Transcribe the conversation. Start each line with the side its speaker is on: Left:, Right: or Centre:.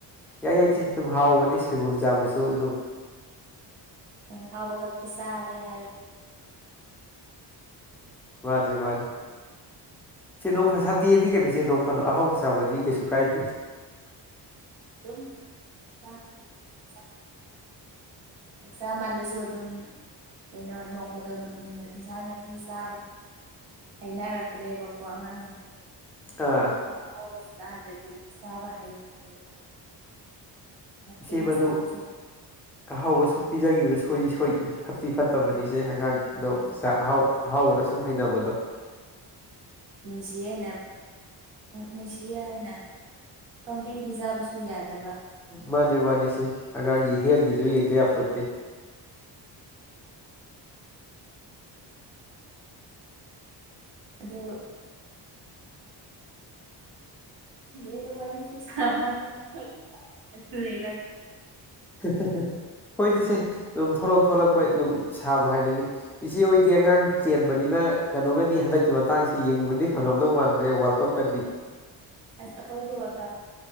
Centre: ꯌꯥꯏ ꯌꯥꯏꯁꯦ ꯑꯗꯨꯝ ꯍꯥꯎꯕꯅꯤ ꯐꯩꯕꯣꯛ ꯆꯥꯕꯁꯨ ꯑꯗꯨꯝ
Right: ꯊꯥꯎꯕꯒꯔ ꯀ ꯁꯔꯦ ꯍꯥꯏ
Centre: ꯃꯥꯅꯦ ꯃꯥꯅꯤ ꯆꯦ ꯅꯣꯡꯐꯥ ꯁꯟꯗꯦꯗꯤ ꯀꯩꯅꯣ ꯆꯦ ꯅꯣꯡ ꯐꯥꯗ ꯑꯍꯥꯎꯕ ꯆꯥꯕꯗꯤ ꯀꯩꯁꯨ ꯀꯥꯏꯗꯦ
Right: ꯑꯗꯨꯝ ꯆ ꯆ ꯑꯦꯁꯥ ꯃꯜꯂꯁꯨꯣ ꯑꯗꯨꯝ ꯀꯩꯅꯣ ꯅꯣꯡꯃꯗꯣ ꯏꯟꯁꯥꯡ ꯅꯥꯄꯤ ꯆꯥꯕꯗꯨ ꯍꯩꯅꯔꯛꯇ꯭ꯔꯦꯕꯀꯣ ꯑꯉꯥꯡꯁꯤꯡꯁꯦ
Centre: ꯑꯥ
Right: ꯑꯗꯨꯒ ꯑꯍꯥꯎꯕꯁꯤꯇꯥꯥꯗꯗꯤ ꯆꯥꯕ ꯍꯩꯔꯛꯇ꯭ꯔꯦꯕ
Centre: ꯏꯆꯦꯕꯗꯨ
Right: ꯇꯣꯏꯅ ꯆꯥꯕꯁꯨ
Centre: ꯑꯍꯕꯁꯨ ꯄꯤꯖꯈꯤꯕꯗꯣ ꯁꯣꯏꯗꯤ ꯁꯣꯏ ꯐꯠꯇꯤ ꯐꯠꯇꯕꯅꯤꯁꯦ
Right: ꯑꯗꯨꯅ
Centre: ꯑꯉꯥꯡꯗꯣ
Right: ꯍꯣꯏ
Centre: ꯑꯍꯥꯎ ꯑꯍꯥꯎꯕꯔꯁꯨ ꯍꯩꯅꯕꯗꯣ
Right: ꯅꯨꯡꯁꯤꯌꯦꯦꯅ ꯅꯨꯡꯁꯤꯌꯦꯦ ꯍꯥꯏꯅ ꯄꯣꯝꯕꯤꯕꯤꯖꯥꯕꯁꯨ ꯌꯥꯗꯕ
Centre: ꯃꯥꯅꯦ ꯃꯥꯅꯤ ꯁꯤ ꯑꯉꯥꯡꯒꯤ ꯍꯦꯜꯒꯤꯁꯨ ꯌꯦꯡꯗ ꯌꯥꯄꯠꯇꯦ
Right: ꯑꯗꯣ ꯦꯒ ꯋꯥꯔꯤꯁꯨ ꯁꯃ ꯂꯩ
Centre: ꯍ ꯍꯣꯏꯗꯤ ꯏꯆꯦ ꯑꯗꯨꯝ ꯊꯂꯛ ꯊꯣꯂꯛꯄ ꯑꯗꯨꯝ ꯁꯥꯕ ꯍꯥꯏꯗꯣꯏꯅꯤ ꯏꯆꯦ ꯑꯣꯏꯗꯤꯦ ꯑꯉꯥꯡ ꯆꯦꯟꯕꯅꯤꯅ ꯀꯩꯅꯣꯒꯗꯤ ꯍꯟꯗꯛꯀꯤ ꯃꯇꯥꯡꯁꯤ ꯌꯦꯡꯕꯗꯤ ꯐꯪꯉꯝꯗꯧ ꯃꯥꯟꯗ꯭ꯔꯦ ꯋꯥꯔꯜ ꯀꯞꯀꯗꯤ
Right: ꯑꯁ ꯑꯩꯈꯣꯏꯒꯤ ꯋꯥꯀꯥꯞ